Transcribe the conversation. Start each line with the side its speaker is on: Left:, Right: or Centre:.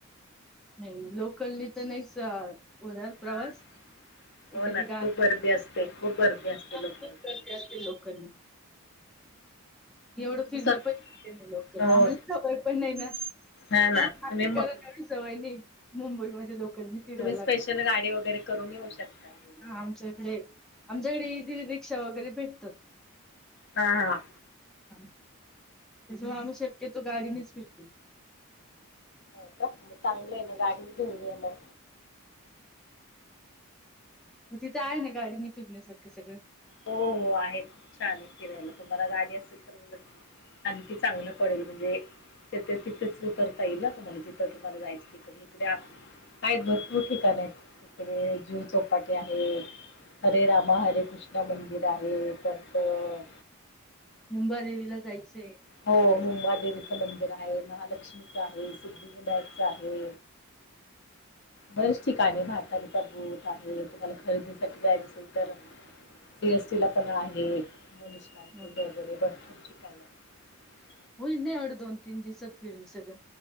Centre: नाही, लोकलनी तर नाहीच होणार प्रवास
Left: हां हो
Centre: एखादी
Left: ना
Centre: गाडी
Left: खूप गर्दी असते खूप गर्दी असते
Centre: <unintelligible>
Left: लोकांकडे
Centre: करते
Left: तुम्ही
Centre: असे लोकलनी एवढं फिरणं
Left: स्वतः
Centre: पण शक्य नाही, लोकलला
Left: हो
Centre: आम्हाला सवय पण नाही ना
Left: हा
Centre: <unintelligible>
Left: ना तुम्ही
Centre: करत
Left: मग
Centre: ह सवय नाही मुंबईमध्ये लोक गाडीने फिरायला
Left: तुम्ही स्पेशल
Centre: लागत
Left: गाडी वगैरे करून येऊ शकता इकडे
Centre: हा आमच्या इकडे आमच्याकडे ईजी रिक्षा वगैरे भेटतात.
Left: हा हा.
Centre: त्याच्यामुळे आम्ही शक्यतो गाडीनेच फिरतो.
Left: हो का मग चांगलं आहे ना गाडीच घेऊन या मग
Centre: मग तिथे आहे ना गाडी नि फिरण्यासारखं सगळं
Left: हो हो आहे खूप छान आहे, फिरायला तुम्हाला गाडी असेल तर उलट आण ती चांगलं पडेल म्हणजे अ तिथे तिथेच उतरता येईल ना, तुम्हाला जिथं तुम्हाला जायचं तिकडे इकडे आहेत भरपूर ठिकाण आहेत जुहू चौपाटी आहे. हरे रामा हरे कृष्ण ते मंदिर आहे परत अ
Centre: मुंबा देवीला जायचंय.
Left: हो मुंबा देवीचं मंदिर आहे, महालक्ष्मीचं आहे, सिद्धिविनायकच आहे.
Centre: <inaudible>
Left: बरीच ठिकाणी म्हातारीचा बूट आहे तुम्हाला खरेदीसाठी जायचं असेल तर, सीएसटी ला पण आहेस मार्केट
Centre: म्हणून
Left: वगैरे भरपूर ठिकाण आहे <unintelligible>
Centre: होईल नाही एवढं दोन तीन दिवसात फिरून सगळं!